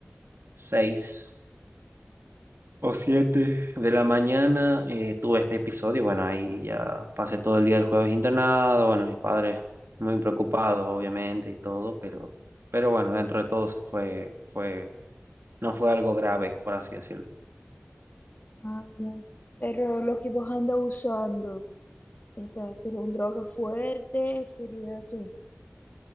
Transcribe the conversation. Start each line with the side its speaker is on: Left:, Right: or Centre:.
Right: seis. o siete de la mañana eh, tuve este episodio y bueno, ahí ya pasé todo el día del jueves internado, bueno, mis padres muy preocupados obviamente y todo, pero, pero bueno, dentro de todo fue, fue, no fue algo grave, por así decirlo.
Left: Ah, bien. Pero lo que vos andas usando, esta, ¿sería un droga fuerte? ¿Sería qué?